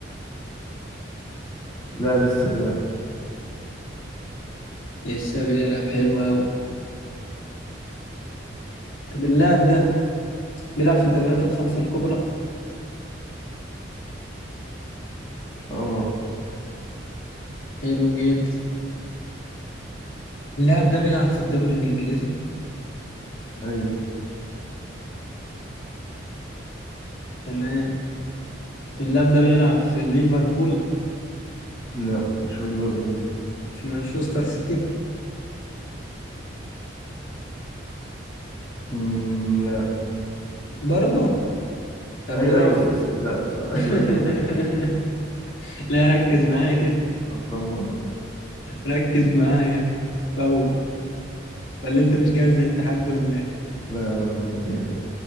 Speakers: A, on the left; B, on the left.
A: لا لسه بيلعب
B: لسه بيلعب حلو أوي طب اللاعب ده بيلعب في الدوريات الخمسة الكبرى
A: اه
B: حلو جدا اللاعب ده بيلعب في الدوري الإنجليزي
A: ايوه
B: تمام اللاعب ده بيلعب في ليفربول
A: لا مش في ليفربول
B: في مانشستر سيتي
A: امم لا
B: برضه طب
A: ايوه
B: بيلعب
A: ايوه
B: في...
A: بس لا سوري.
B: <laughs>
A: ايوه ايوه
B: لا ركز معايا كده
A: اتلخبط
B: ركز معايا فوق ولا انت مش جاهز للتحدي ولا ايه
A: لا لا جاهز